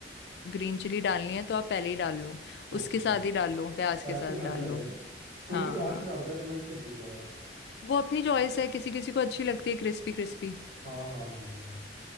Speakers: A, on the left; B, on the right.
A: ग्रीन चिली डालनी है तो आप पहले ही डाल लो
B: ओके
A: उसके साथ ही डाल लो प्याज
B: प्याज
A: के साथ
B: के साथ
A: डाल
B: ही डालते
A: लो
B: हैं ना कोई
A: हाँ
B: कोई लास्ट
A: हाँ
B: में डालता है तो मैं इसलिए पूछ रहा था
A: वो अपनी चॉइस है किसी किसी को अच्छी लगती है क्रिस्पी क्रिस्पी
B: हाँ हाँ हाँ हाँ